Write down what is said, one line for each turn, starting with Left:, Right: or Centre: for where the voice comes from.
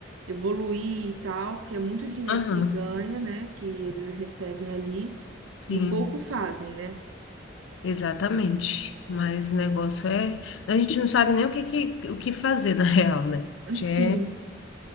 Right: evoluir e tal, porque é muito dinheiro
Left: aham,
Right: que ganha, né? Que eles recebem ali.
Left: sim.
Right: E pouco fazem, né?
Left: Exatamente. Mas o negócio é. A gente não sabe nem o que, que- o que fazer, <laughs> na real, né?
Right: Assim,
Left: Que É...